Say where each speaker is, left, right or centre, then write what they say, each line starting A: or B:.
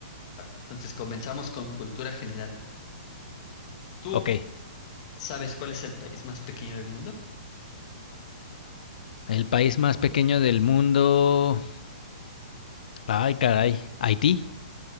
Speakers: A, on the left; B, on the left.
A: Va. Entonces comenzamos con cultura general. ¿Tú
B: Ok,
A: sabes cuál es el país más pequeño del mundo?
B: el país más pequeño del mundo. Ay, caray, Haití.